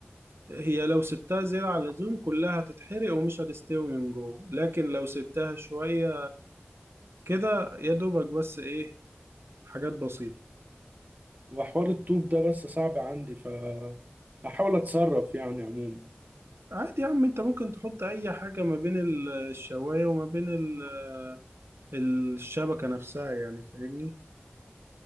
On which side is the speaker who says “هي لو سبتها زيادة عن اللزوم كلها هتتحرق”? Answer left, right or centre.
Right